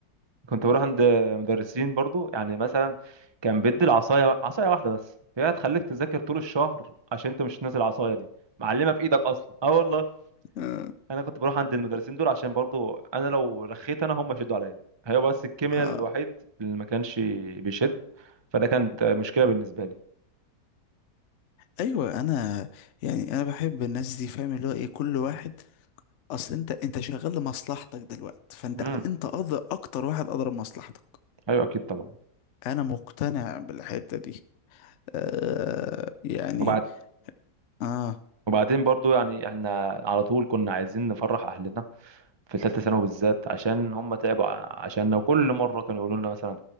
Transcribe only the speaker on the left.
اه
آه.
ايوه انا يعني انا بحب الناس دي فاهم اللي هو ايه كل واحد اصل انت انت شغال لمصلحتك دلوقتي فانت
انت أقدر اكتر واحد قدر مصلحتك
انا مقتنع بالحتة دي آه يعني
اه